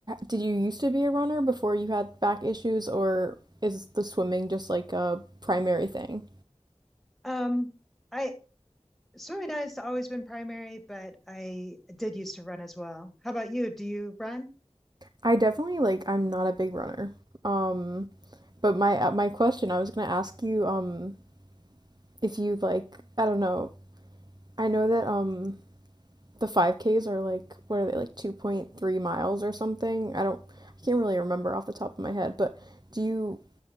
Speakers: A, on the right; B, in the centre.
A: did you used to be a runner before you had back issues, or is the swimming just like a primary thing?
B: um, I, Swimming and has always been primary, but I did used to run as well. How about you? Do you run?
A: I definitely like I'm not a big runner. Um, but my uh, my question I was gonna ask you um if you like I don't know I know that um the 5Ks are like what are they like 2.3 miles or something? I don't I can't really remember off the top of my head, but do you